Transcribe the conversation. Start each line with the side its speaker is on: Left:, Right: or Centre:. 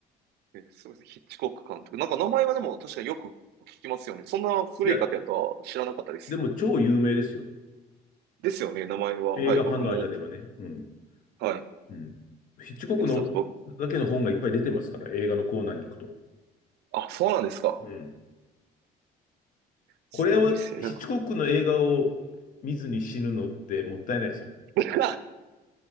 Right: えそうですね。ヒッチコック監督。なんか名前はでも確かによく聞きますよね。そんな古い方やとは知らなかったです。
Left: いや、でも超有名ですよ。
Right: ですよね、名前は。
Left: 映画ファンの間ではね。
Right: はい、僕も。
Left: うん。
Right: はい。い
Left: うん。ヒッチコックのだけの本がいっぱい出てますから、
Right: や、すいません。僕、
Left: 映画のコーナーに行くと。
Right: あ、そうなんですか。
Left: うん。
Right: すごいっすね。
Left: これを、ヒッチコックの映画を
Right: なんか。
Left: 見ずに死ぬのってもったいないですよ。
Right: <laughs>